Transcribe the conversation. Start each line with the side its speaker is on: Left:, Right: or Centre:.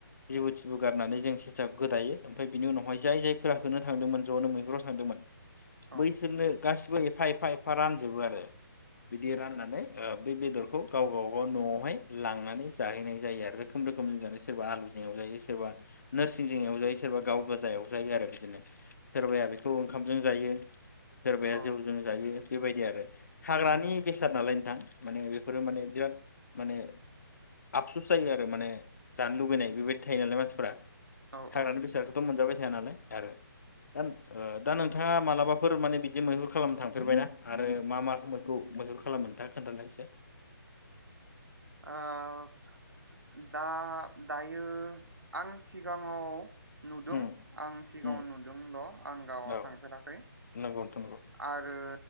Left: जिबु थिबु गारनानै जों सेसा गोदायो ओमफाय बिनि उनावहाय जाय जायफोरा होनो थांदोंमोन ज'नो मैहुराव थांदोंमोन
Right: औ
Left: बैसोरनो गास बो एफा एफा एफा रानजोबो आरो बिदि राननानै ओ बे बेदरखौ गावगा बागाव न'आवहाय लांनानै जाहैनाय जायो आरो रोखोम रोखोम जों जानाय सोरबा आलुजों एवजायो सोरबा नोरस सिं जों एवजायो सोरबा गाव गोाजा एवजायो आरो बिदिनो सोरबाया बेखौ ओंखामजों जायो सोरबाया
Right: औ
Left: जौजों जायो बेबायदि आर हाग्रानि
Right: नंगौ नंगौ
Left: बेसाद नालाय नोंथां माने बेफोरो माने बिराद माने आफसुस जायो आरो माने जानो लुबैनाय बेबायदि थायो नालाय मानसिफोरा
Right: औ
Left: हाग्रानि
Right: औ
Left: बेसादखौथ'
Right: नंगौ
Left: मोनजाबाय थाया नालाय आरो दा दा नोंथाङा मालाबाफोर माने बिदि मैहुर खालामनो थांफेरबायना आरो मा माखौ मैहुर खालामो नोंथाङा खोन्थालाय एसे
Right: ओ दा दायो आं सिगाङाव नुदों
Left: उम
Right: आं सिगाङाव
Left: उम
Right: नुदोंल' आं गावआ
Left: औ
Right: थांफेराखै
Left: नंगौ नोंथां नंगौ
Right: आरो